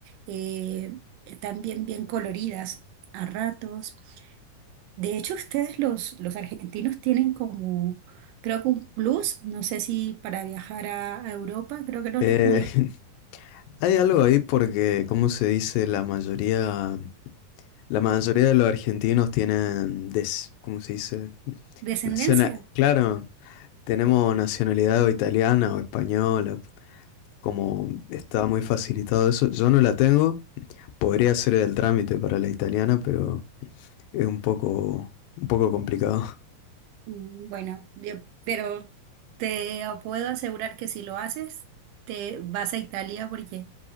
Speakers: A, on the right; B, on the left.
A: eh, también bien coloridas a ratos. De hecho, ustedes los, los argentinos tienen como, creo que un plus, no sé si para viajar a, a Europa, creo que no
B: Eh,
A: los molesta.
B: <laughs> Hay algo ahí porque, como se dice, la mayoría, la mayoría de los argentinos tienen, des, ¿cómo se dice?
A: Descendencia.
B: Naciona- claro, tenemos nacionalidad o italiana o española, como está muy facilitado eso. Yo no la tengo, podría hacer el trámite para la italiana, pero es un poco, un poco complicado.
A: Mm, Bueno, yo- pero te puedo asegurar que si lo haces, te vas a Italia porque